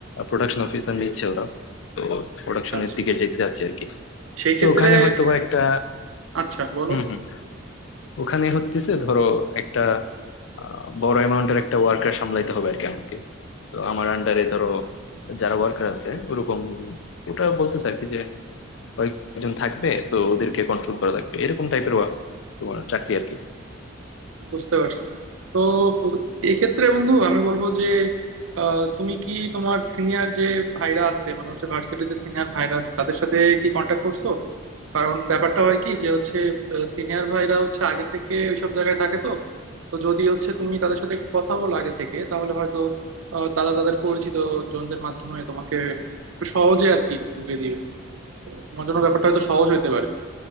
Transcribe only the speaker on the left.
প্রোডাকশন অফিসার নিচ্ছে ওরা তো প্রোডাকশনের
দিকে যেতে যাচ্ছে আর কি
তো
ওখানে হয়তোবা একটা
হম ওখানে হতেছে ধরো একটা আহ, বড় অ্যামাউন্টের একটা ওয়ার্কার সামলাইতে হবে আর কি আমাকে তো আমার আন্ডারে ধরো যারা ওয়ার্কার আছে ওরকম ওটা বলতেছে আর কি যে কয়েকজন থাকবে তো ওদেরকে কন্ট্রোল করা লাগবে এরকম টাইপের তোমার চাকরি আর কি